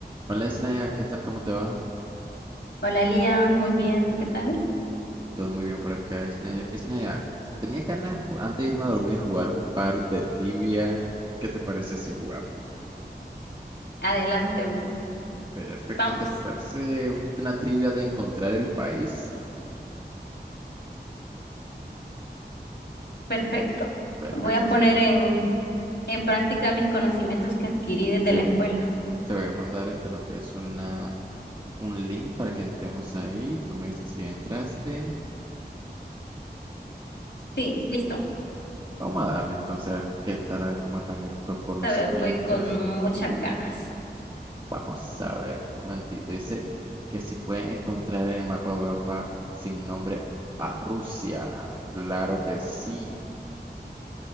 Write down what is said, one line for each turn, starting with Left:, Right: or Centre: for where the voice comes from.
Right: Hola, Isnaya, ¿qué tal? ¿Cómo te va?
Left: Hola Lía, muy bien, ¿tú qué tal?
Right: Todo muy bien por acá, Isnaya. Isnaya, tenía ganas ju- antes de irme a dormir jugar un par de trivia. ¿Qué te parece si jugamos?
Left: Adelante,
Right: Perfecto,
Left: vamos,
Right: ¿te parece un- una trivia de encontrar el país?
Left: perfecto.
Right: Perfecto,
Left: Voy a poner
Right: entonces
Left: en, en práctica mis conocimientos que adquirí desde la escuela.
Right: te voy a mandar este lo que es una, un link para que entremos ahí. Tú me dices si entraste.
Left: Sí, listo.
Right: Vamos a darle entonces a ver qué tal, a ver cómo están estos conocimientos.
Left: Esta vez voy con muchas ganas.
Right: Vamos a ver, un momentito. Dice que si pueden encontrar en el mapa de Europa sin nombre a Rusia. Claro que sí.